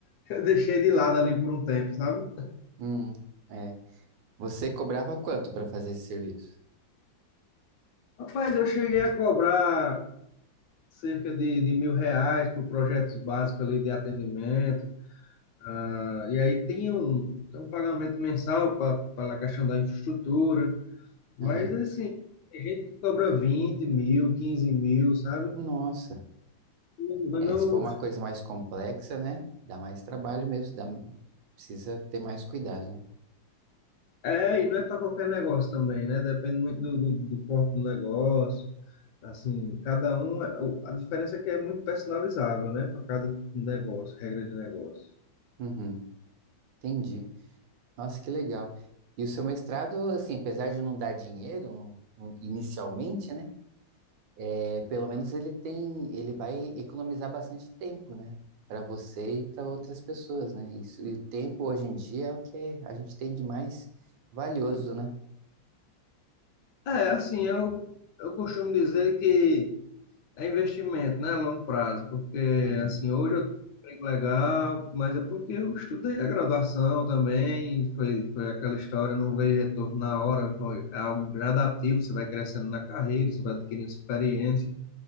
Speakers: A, on the left; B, on the right.
A: <laughs> eu deixei de lado ali por um tempo, sabe?
B: Hum, é. Você cobrava quanto para fazer esse serviço?
A: Rapaz, eu cheguei a cobrar cerca de, de mil reais por projetos básicos ali de atendimento. tá? E aí tem um, tem um pagamento mensal para a questão da infraestrutura. Mas,
B: Aham.
A: assim, tem gente que cobra 20 mil, 15 mil, sabe?
B: Nossa.
A: Não,
B: É,
A: não,
B: se for uma coisa mais complexa, né? Dá mais trabalho mesmo, dá, precisa ter mais cuidado, né?
A: é, e não é para qualquer negócio também, né? Depende muito do, do, do porte do negócio. Assim, cada um, é- o- a diferença é que é muito personalizável, né? Para cada negócio, regra de negócio.
B: Uhum, entendi. Nossa, que legal. E o seu mestrado, assim, apesar de não dar dinheiro não- não- inicialmente, né? É, pelo menos ele tem, ele vai economizar bastante tempo, né? Para você e para outras pessoas, né? Isso, e o tempo hoje em dia é o que a gente tem de mais valioso, né?
A: É, assim, eu, eu costumo dizer que é investimento, né, a longo prazo, porque,
B: Uhum,
A: assim, hoje eu tenho um emprego legal, mas é porque eu estudei a graduação também, foi, foi aquela história, não veio retorno na hora, foi é algo gradativo, você vai crescendo na carreira, você vai adquirindo experiência,